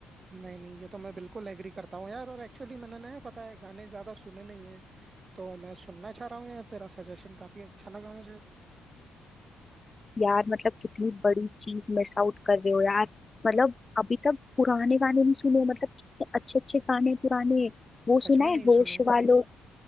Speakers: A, on the right; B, on the left.
A: नहीं नहीं ये तो मैं बिल्कुल एग्री करता हूँ यार और एक्चुअली मैंने ना पता है गाने ज्यादा सुने नहीं है तो मैं सुनना चाह रहा हूँ यार तेरा सजेशन काफी अच्छा लगा मुझे
B: यार मतलब कितनी बड़ी चीज मिस आउट कर रहे हो यार मतलब अभी तक पुराने गाने नहीं सुने मतलब कितने अच्छे अच्छे गाने पुराने वो
A: सच
B: सुना
A: में नहीं
B: है होश
A: सुने
B: वालों